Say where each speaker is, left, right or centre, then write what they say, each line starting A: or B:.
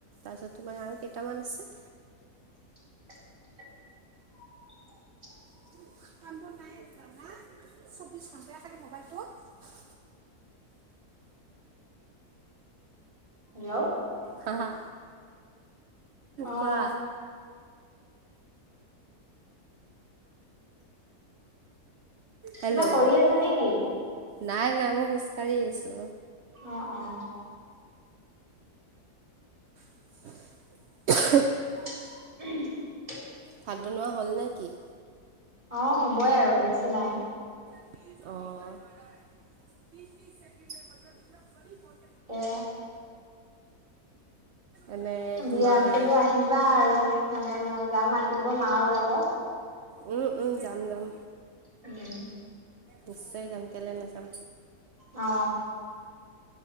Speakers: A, on the right (about 55°); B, on the right (about 20°).
A: তাৰপাছত, তোমাৰ আৰু কেইটামান আছে।
B: <unintelligible>
A: <unintelligible>
B: <inaudible> হেল্ল'
A: হা হা
B: অ',
A: কোৱা হেল্ল'
B: কিবা কৰি আছা নে কি?
A: নাই নাই মই খোজ কাঢ়ি আছো।
B: অ', অ, '
A: <unintelligible>
B: <unintelligible>
A: ভাত বনোৱা হ'ল নে কি?
B: অ, হ'বই আৰু, বেছি নাই।
A: অ,
B: তে
A: এনে
B: বিয়াত
A: তোমাৰ
B: বোলো আহিবা আৰু, মানে মই যাম মাতিব মাওঁ যাব।
A: উম, উম, যাম, যাম।
B: উম,
A: নিশ্চয় যাম, কেলে নাযাম।
B: অ